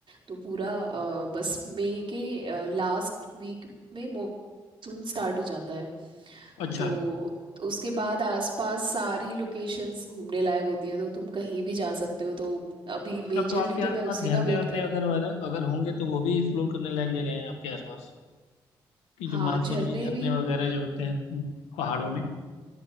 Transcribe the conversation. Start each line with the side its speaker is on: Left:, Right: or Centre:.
Right: तो पूरा अ, बस मई के लास्ट वीक में मॉनसून स्टार्ट हो जाता है
Left: अच्छा
Right: तो उसके बाद आसपास सारी लोकेशंस घूमने लायक होती हैं तो तुम कहीं भी जा सकते हो तो अभी मेजरली
Left: तब तो आपके
Right: तो
Left: आसपास
Right: मैं उसी
Left: झरने
Right: का वेट
Left: वरने
Right: कर रही
Left: अगर
Right: हूँ
Left: अगर होंगे तो वो भी एक्सप्लोर करने लायक जगह है आपके आसपास कि
Right: हाँ
Left: जो मानसून
Right: झरने
Left: में झरने
Right: भी
Left: वगैरह जो होते हैं हम्म, पहाड़ों में